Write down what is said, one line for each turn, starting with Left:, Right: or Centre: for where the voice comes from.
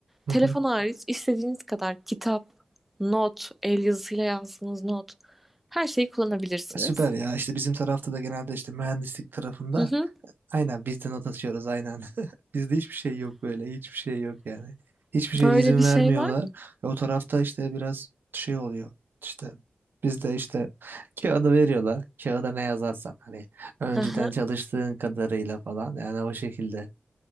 Right: Hı
Centre: Telefon
Right: hı.
Centre: hariç istediğiniz kadar kitap, not, el yazısıyla yazdığınız not her şeyi kullanabilirsiniz.
Right: Süper ya işte bizim tarafta da genelde işte mühendislik tarafında
Centre: Hı hı.
Right: Aynen biz de not atıyoruz aynen. <laughs> Bizde hiçbir şey yok böyle. Hiçbir şey yok yani. Hiçbir şeye
Centre: Böyle
Right: izin
Centre: bir
Right: vermiyorlar.
Centre: şey var.
Right: E, O tarafta işte biraz şey oluyor. İşte bizde işte kağıdı veriyorlar. Kağıda ne yazarsan hani önceden
Centre: Hı hı.
Right: çalıştığın kadarıyla falan yani o şekilde.